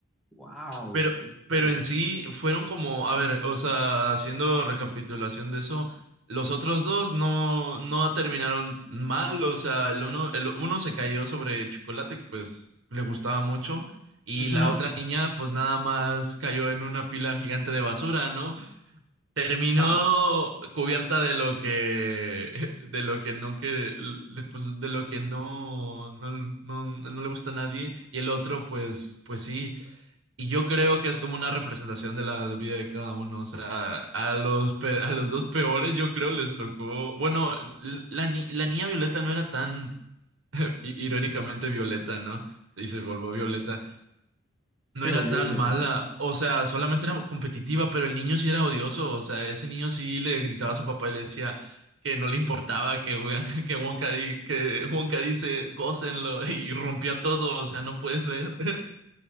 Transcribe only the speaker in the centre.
¡Wow!
¡Qué feo!
Ujú.
Ah,
se
volvió
violeta.